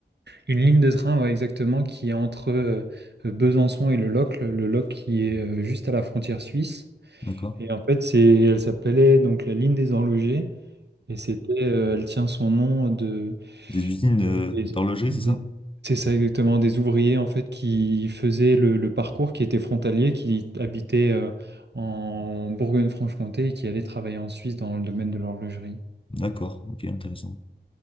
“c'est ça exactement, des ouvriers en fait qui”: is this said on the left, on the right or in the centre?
Right